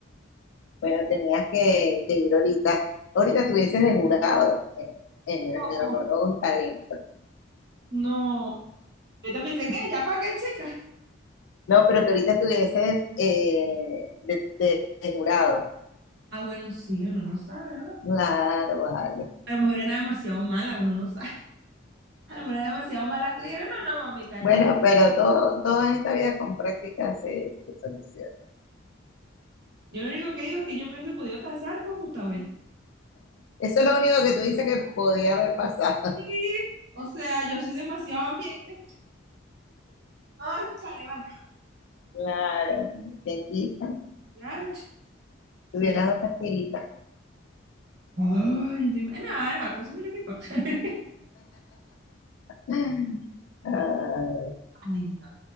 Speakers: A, on the left; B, on the right.
A: Bueno, tenías que, que ir ahorita. Ahorita estuvieses de jurado en, en-
B: no.
A: en los nuevos talentos.
B: no. Ahorita me dice, ¿qué? ¿Ya para qué, chica?
A: No, pero que ahorita estuvieses eh, de, de- de jurado.
B: Ah, bueno, sí, uno no sabe, ¿verdad?
A: Claro, vale.
B: a lo mejor era demasiado mala, uno no sabe. <laughs> A lo mejor era demasiado mala actriz. y era, no, no, mamita,
A: Bueno,
B: regala.
A: pero todo, todo en esta vida con práctica se, se soluciona.
B: Yo lo único que digo es que yo me hubiese podido casar con Gustavo Eli.
A: Eso es lo único que tú dices que podía haber pasado.
B: Sí, O sea, yo soy demasiado ambiente. Ay, vale, vale.
A: Claro, ¿quién quita?
B: Claro, chico.
A: Tuviera
B: Sí.
A: dos castiritas.
B: Ay, yo te ima- nada, nada, pero eso a mí no me importa. <laughs>
A: <laughs> Ay,
B: Ay, no.